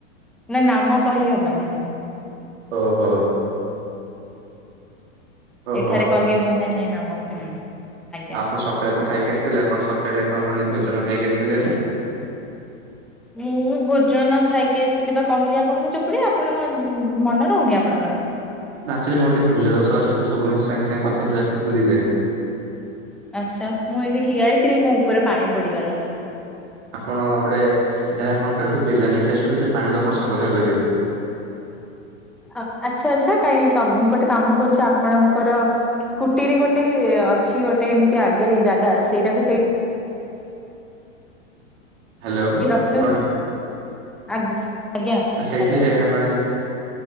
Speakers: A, in the centre; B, on the right.
A: ନା ନାମ କହି ହବ ନାହିଁ
B: ଓହୋ। ଓହୋ
A: ଏଠାରେ କହିହବ ନାହିଁ ନାମ ହୁଁ। ଆଜ୍ଞା
B: ଆଉ ଆପଣ ସକାଳେ କଣ ଖାଇକି ଆସିଥିଲେ ଆପଣ ସକାଳେ କଣ ମାନେ ଭୋଜନ ଖାଇକି ଆସିଥିଲେ?
A: ମୁଁ ଭୋଜନ ଖାଇକି ଆସିଥିଲି ବା କହିଲି ଆପଣଙ୍କୁ ଚକୁଳି ଆପଣଙ୍କ ମନେ ରହୁନି ଆପଣଙ୍କର?
B: ଆକ୍ଟୁଆଲି ମୋର ଟିକେ ଭୁଲିଆ ଦୋଷ ଅଛି ମୁଁ ସବୁ ବେଳେ ସାଙ୍ଗ ସାଙ୍ଗେ ଗପି ସାରିଲା ପରେ ଭୁଲିଯାଏ।
A: ଆଚ୍ଛା ମୁଁ ଏଇଠି ଠିଆ ହେଇଥିଲି ମୋ ଉପରେ ପାଣି ପଡ଼ିଗଲା।
B: ଆପଣ ଗୋଟେ ଏଥର ଆପଣ କାଲିଠୁ ବେଲା ନେଇକି ଆସନ୍ତୁ ସେ ପାଣିକୁ ଆପଣ ସଂଗ୍ରହ କରିବେ।
A: ଆଚ୍ଛା ଆଚ୍ଛା କାଇଁ ତ ମୁ ଗୋଟେ କାମ କରୁଚି ଆପଣଙ୍କର କୁଟି ରେ ଗୋଟେ ଅଛି ଗୋଟେ ଏମିତି ଆଗରେ ଜାଗା ସେଇଟାକୁ ସେଇ
B: ହ୍ୟାଲୋ
A: ରଖିଦଉ
B: ଆପଣ
A: ଆଜ୍ଞା। ଆଜ୍ଞା ହ୍ୟାଲୋ
B: ସେଇଠିରେ ମାନେ